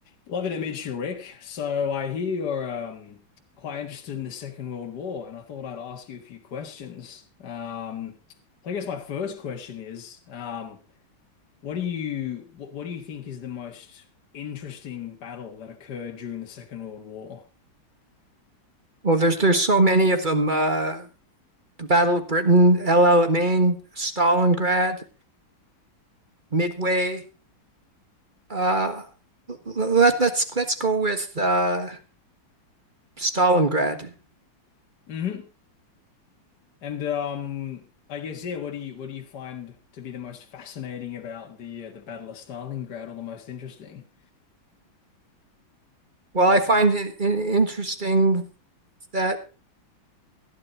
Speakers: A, on the left; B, on the right.
A: Lovely to meet you, Rick. So I hear you're um, quite interested in the Second World War, and I thought I'd ask you a few questions. Um, so I guess my first question is, um, what do you what, what do you think is the most interesting battle that occurred during the Second World War?
B: Well, there's there's so many of them. Uh, the Battle of Britain, El Alamein, Stalingrad, Midway. Uh, l- let, let's let's go with uh, Stalingrad.
A: hmm And um, I guess yeah, what do you what do you find to be the most fascinating about the uh, the Battle of Stalingrad, or the most interesting?
B: Well, I find it in interesting that